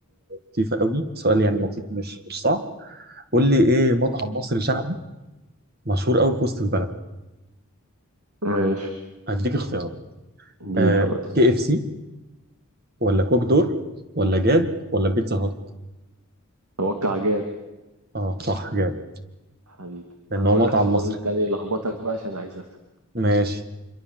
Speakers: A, on the right (about 45°); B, on the right (about 85°).
A: لطيفه قوي سؤال يعني لطيف مش مش صعب قول لي ايه مطعم مصري شعبي مشهور قوي في وسط البلد
B: ماشي
A: هديك اختيارات
B: اديني
A: آه
B: يا ريس
A: كي اف سي ولا كوك دور ولا جاد ولا بيتزا هات
B: توقع جاد
A: اه صح جاد
B: حبيبي
A: لان
B: انا
A: هو
B: اقول
A: مطعم
B: لك سؤال
A: مصري
B: تاني لخبطك بقى عشان عايز اكسب
A: ماشي